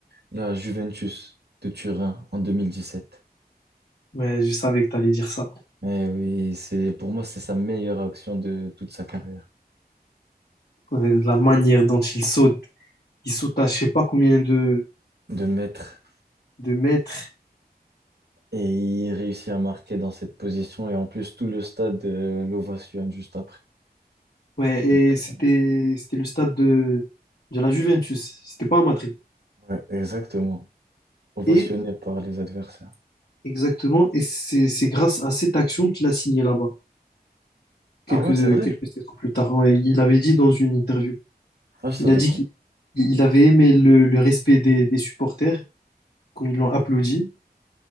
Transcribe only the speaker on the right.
la Juventus de Turin en deux mille dix sept
Eh oui, c'est, pour moi, c'est sa meilleure action de toute sa carrière,
de maître.
Et il réussit à marquer dans cette position. Et en plus, tout le stade euh, l'ovationne juste après.
Donc, euh,
ouais, exactement. ovationné
par les adversaires.
Ah ouais, c'est vrai.
Ah, je savais
pas.